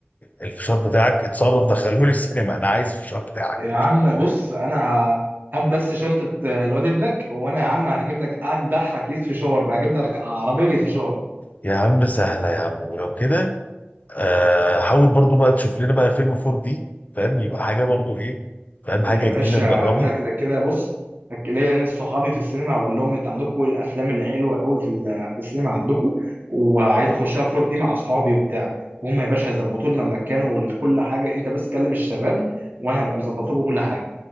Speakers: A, on the left; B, on the right.
A: الفشار بتاعك اتصرف دخلهولي السينما انا عايز الفشار بتاعك
B: يا عم بص انا هات بس شنطه الواد ابنك وانا يا عم هجيب لك اجدع كيس فشار هجيب لك عربيه فشار
A: يا عم سهلة يا عم ولو كده آه حاول برضو بقى تشوف لنا بقى فيلم 4 دي فاهم يبقى حاجة برضو ايه فاهم
B: يا
A: حاجة
B: باشا
A: جديدة نجربها
B: انا كده كده بص هك- ليا ناس صحابي في السينما هقول لهم انت عندكم ايه الافلام اللي حلوه قوي في ال- في السينما عندكم وعايز اخشها 4 دي مع اصحابي وبتاع هم يا باشا هيظبطوا لنا المكان وكل حاجه انت بس كلم الشباب وانا هبقى مظبط لكم كل حاجه